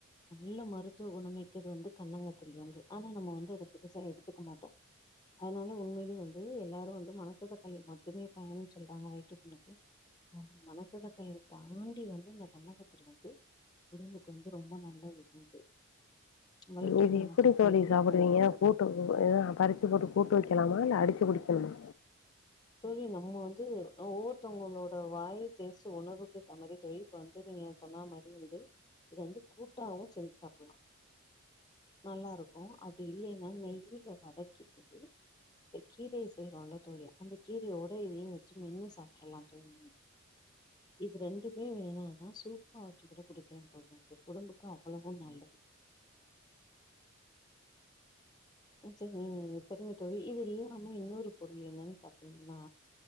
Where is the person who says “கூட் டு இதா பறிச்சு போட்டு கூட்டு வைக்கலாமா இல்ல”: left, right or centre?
Left